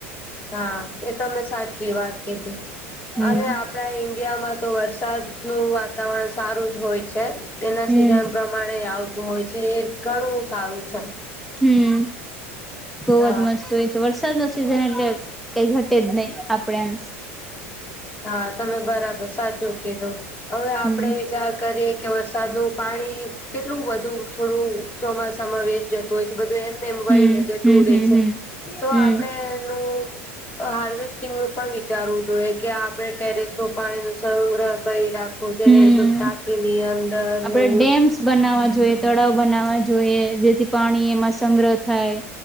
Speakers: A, on the left; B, in the centre.
A: હા. એ તમે સાચી વાત કીધી.
B: હમ
A: અરે આપ પણા ઈન્ડિયામાં તો વરસાદ નું વાતાવરણ સારું જ હોય છે. એના
B: હમ
A: સિઝન પ્ર પ્માણે આવતું હોય છે, એ ઘણું સારું છે.
B: હમ્મ. બહુ
A: હા.
B: જ મસ્ત હોય. વરસાદ નો સિઝન એટલે કંઈ ઘટે જ નહી આપડે એમ.
A: હા. તમે બરાબર, સાચું કીધું. હવે આપણે
B: હમ
A: વિચાર કરીએ કે વસ સાદ નું પાણી કેટલું બધુ થોડું ચોમાસામાં વેસ્ટ જતું હોય છે, બધું એમ મ વહી
B: હમ
A: લે જતું
B: હમ
A: રહે
B: હમ
A: છે.
B: હમ
A: તો
B: હમ
A: આપડે એનું હાર્વેસ્ટિંગનું પણ વિચારવું જોઈએ કે આપણે ટેરેસ નું પાણી નું સંગ્રહ કરી રાખવું જોઈને,
B: હમ
A: ટાંકીની અંદર
B: આપડે
A: એવું
B: ડેમ્સ બનાવવા જોઈએ, તળાવ બનાવવા જોઈએ, જેથી પાણી એમાં સંગ્રહ થાય.